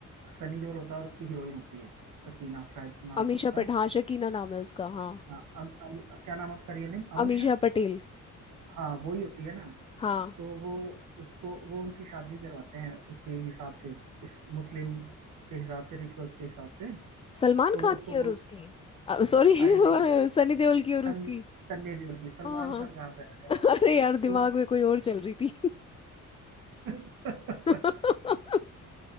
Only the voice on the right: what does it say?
सनी देओल होता है और उसकी हीरोइन होती है सकीना शायद नाम
था उसका
हाँ अम, अम, क्या नाम है उसका रियल नेम अमीशा
हाँ वही होती है ना
तो वो उसको वो उनकी शादी करवाते हैं उसके हिसाब से इस मुस्लिम उसके हिसाब से रिचुअल्स के हिसाब से
तो
वो उसको
वो
अरे नहीं
सन्नी सन्नी देओल की सलमान
खान कहाँ से आ गया
भाई
तुम
<laughs>